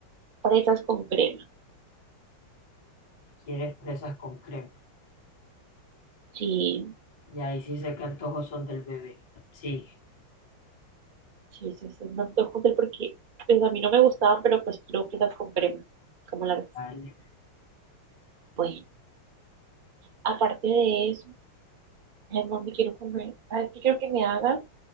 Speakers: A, on the right; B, on the left.
A: fresas con crema.
B: Quiere fresas con crema.
A: Sí,
B: Y ahí sí sé que antojos son del bebé. Sigue,
A: sí, eso es un antojo del porque pues a mí no me gustaban, pero pues quiero fresas con crema. ¿Cómo la ves?
B: vale.
A: Bueno, aparte de eso, mi amor, me quiero comer. ¿Sabes qué quiero que me hagas?